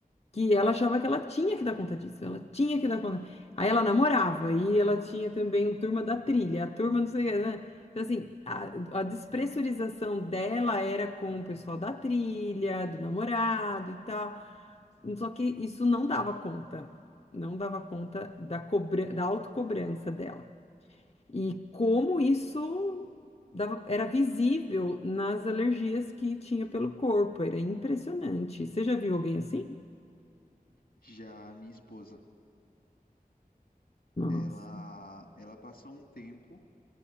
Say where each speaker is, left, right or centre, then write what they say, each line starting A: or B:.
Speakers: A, on the left; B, on the left.
A: que ela achava que ela tinha que dar conta disso, ela tinha que dar conta. Aí ela namorava e ela tinha também um turma da trilha, a turma não sei o que, né? Então, assim, a, a despressurização dela era com o pessoal da trilha, do namorado e tal. Só que isso não dava conta. Não dava conta da cobra, da autocobrança dela. E como isso dava- era visível nas alergias que tinha pelo corpo, era impressionante. Você já viu alguém assim?
B: Já a minha esposa,
A: Nossa.
B: ela, ela passou um tempo,